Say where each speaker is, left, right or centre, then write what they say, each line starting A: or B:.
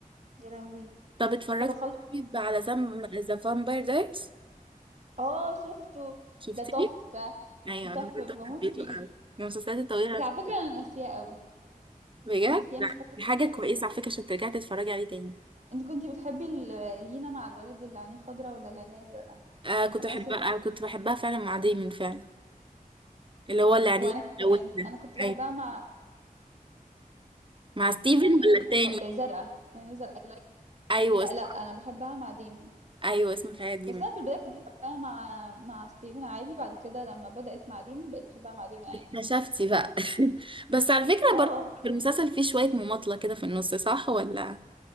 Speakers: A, on the right; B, on the right.
A: يا لهوي
B: طب اتفرجت
A: طب اخلص
B: طيب على زم ذا فامباير دايرز
A: اه شفته
B: شفتيه
A: ده تحفة
B: ايوه
A: تحفة
B: انا برضه
A: بموت
B: حبيته
A: فيه
B: قوي من المسلسلات الطويله
A: بس
B: على
A: على
B: فكرة.
A: فكرة انا ناسياه قوي
B: بجد
A: انا ناسياه
B: لا
A: مش فاكرة
B: دي حاجه
A: حاجة
B: كويسه على فكره عشان ترجعي تتفرجي عليه تاني
A: انت كنتي بتحبي ال- لينا مع الولد اللي عينيه خضرا ولا اللي عينيه زرقاء
B: آه كنت
A: انا
B: بحبها
A: ناسيه
B: آه كنت بحبها فعلا مع دايمون فعلا اللي هو اللي عليه
A: وانا كمان
B: قوي ده
A: انا كنت بحبها
B: ايوه
A: مع
B: مع ستيفن
A: اللي عينيه
B: ولا
A: خ...
B: التاني
A: آه، زرقاء اللي عينيه زرقاء اللي-
B: ايوه
A: لا
B: اسمه
A: لا انا بحبها مع ديمن
B: ايوه اسمه في حياتي دايمون
A: بس انا في البدايه كنت بحبها مع مع ستيفن عادي بعد كده لما بدات مع ديمن بقيت بحبها مع ديمن عادي
B: اكتشفتي بقى <laughs> بس على فكره
A: اه
B: برضه في المسلسل فيه شويه مماطله كده في النص صح ولا